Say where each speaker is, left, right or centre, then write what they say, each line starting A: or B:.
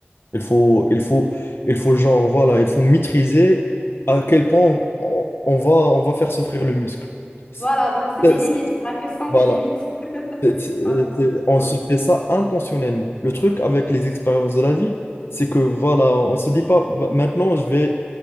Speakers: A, on the left (about 75°); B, on the left (about 25°).
A: Il faut, il faut, il faut genre, voilà, il faut maîtriser à quel point on, on va, on va faire souffrir le muscle. C'est-
B: Voilà, donc c'est des limites,
A: c'est-
B: la question des
A: Voilà.
B: limites. <laughs>
A: C'est- c'est-
B: Ouais,
A: c'est-
B: effectivement.
A: On se fait ça intentionnellement. Le truc avec les expériences de la vie, c'est que voilà, on se dit pas Va- maintenant je vais